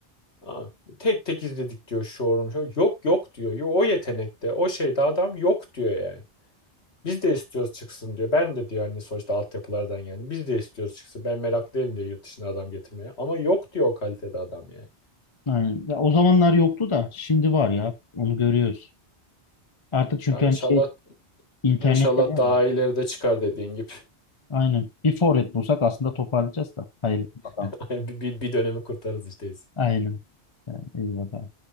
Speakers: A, on the left; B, on the left.
A: Aa, tek tek izledik diyor şu orum. Yok yok diyor. Yo, o yetenekte o şeyde adam yok diyor yani. Biz de istiyoruz çıksın diyor. Ben de diyor hani sonuçta altyapılardan yani. Biz de istiyoruz çıksın. Ben merak değilim diyor yurt dışına adam getirmeye. Ama yok diyor o kalitede adam yani.
B: Aynen. Ya o zamanlar yoktu da şimdi var ya. Onu görüyoruz. Artık çünkü
A: Ya inşallah
B: hani şey internette
A: inşallah
B: var
A: daha
B: mı?
A: ileride çıkar dediğin gibi.
B: Aynen. Bir forvet bulsak aslında toparlayacağız da. Hayırlı bakalım.
A: <laughs> Bir, bir, bir dönemi kurtarız işte
B: Aynen. Yani, iyi bakalım.